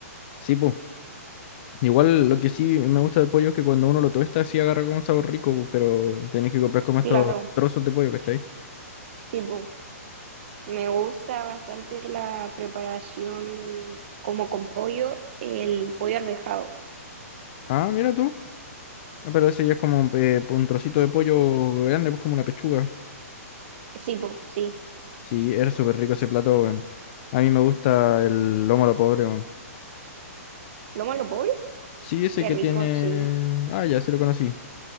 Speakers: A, on the left; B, on the right.
A: Sí, pues, igual lo que sí me gusta del pollo es que cuando uno lo tuesta sí agarra como un sabor rico, pues, pero tenés que comprar como estos
B: Claro,
A: trozos de pollo, ¿cachai?
B: sí, pues. Me gusta bastante la preparación como con pollo, el pollo arvejado.
A: Ah, mira tú. Ah, pero ese ya es como eh, un trocito de pollo grande, pues como una pechuga.
B: Sí, pues, sí.
A: Sí, era súper rico ese plato, weón. A mí me gusta el lomo a lo pobre, weón.
B: ¿Loma lo pobre?
A: Sí, ese
B: Qué
A: que
B: rico,
A: tiene...
B: sí.
A: Ah, ya, se lo conocí.